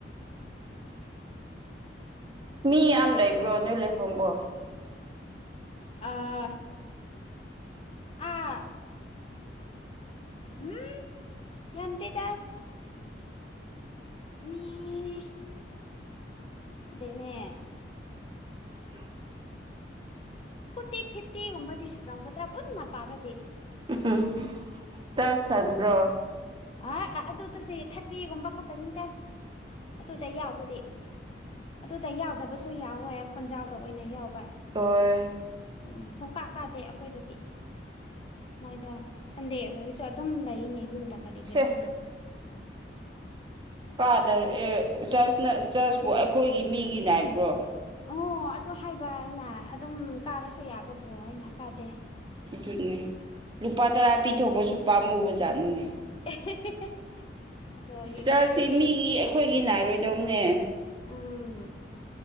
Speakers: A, on the right; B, on the left.
A: ꯃꯤ ꯌꯥꯝ ꯂꯩꯕ꯭ꯔꯣ ꯅꯣꯢ ꯂꯩꯐꯝꯕꯣ
B: ꯑ ꯑꯥ ꯎꯝ ꯌꯥꯝꯇꯦꯇ ꯃꯤ ꯈꯪꯗꯦꯅꯦ
A: <inaudible>
B: ꯐꯣꯔꯇꯤ ꯐꯤꯐꯇꯤꯒꯨꯝꯕꯗꯤ ꯁꯨꯔꯝꯒꯗ꯭ꯔ ꯄꯨꯟꯅ ꯄꯥꯔꯗꯤ
A: <unintelligible> ꯆꯥꯁꯊꯥꯟꯕꯣ
B: ꯑ ꯑ ꯑꯗꯨꯗꯨꯗꯤ ꯊꯥꯔꯇꯤꯒꯨꯝꯕ ꯈꯛꯇꯅꯤꯗ ꯑꯗꯨꯗ ꯌꯥꯎꯕꯗꯤ ꯑꯗꯨꯗ ꯌꯥꯎꯗꯕꯁꯨ ꯌꯥꯎꯋꯦ ꯈꯣꯟꯖꯥꯎꯗ ꯑꯣꯏꯅ ꯌꯥꯎꯕ
A: ꯇꯣꯏ
B: ꯎꯝ ꯁꯨꯡ ꯀꯥ ꯀꯥꯗꯦ ꯑꯩꯈꯣꯏꯗꯗꯤ ꯃꯣꯏꯗ ꯁꯟꯗꯦ ꯑꯣꯏꯁꯨ ꯑꯗꯨꯝ ꯂꯩꯅꯦ ꯌꯨꯝꯗ ꯀꯠꯂꯤꯒꯦꯔꯥ
A: ꯁꯦ
B: ꯈꯪꯗꯦ
A: ꯀꯥꯗꯔ ꯑꯦ ꯆꯁꯅ ꯆꯁꯄ ꯈꯣꯢꯒꯤ ꯃꯤꯒꯤ ꯅꯥꯢꯕ꯭ꯔꯣ
B: ꯑꯣ ꯑꯗꯨ ꯍꯥꯏꯕ ꯑꯅ ꯑꯗꯨꯝ ꯀꯥꯔꯁꯨ ꯌꯥꯕꯕꯨꯣ ꯍꯥꯏꯅ ꯀꯥꯗꯦ
A: ꯑꯗꯨꯅꯦ ꯂꯨꯄꯥ ꯇꯔꯥ ꯄꯤꯊꯣꯛꯄꯁꯨ ꯄꯥꯝꯃꯨꯕꯖꯥꯠꯅꯤꯅꯦ
B: <unintelligible> ꯑꯗꯣ
A: ꯆꯔꯆꯇꯤ
B: ꯃꯤꯕꯨꯗꯤ
A: ꯃꯤꯒꯤ ꯑꯩꯈꯣꯏꯒꯤ ꯅꯥꯏꯔꯣꯏꯗꯝꯅꯦ
B: ꯎꯝ